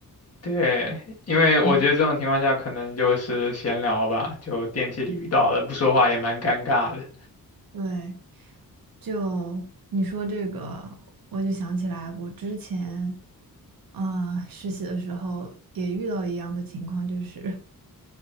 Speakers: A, on the left; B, on the right.
A: 对，因为我觉得这种情况下可能就是闲聊吧，
B: 嗯，
A: 就电梯里遇到了，不说话也蛮尴尬的。
B: 对，就你说这个，我就想起来我之前，啊、实习的时候也遇到一样的情况，就是。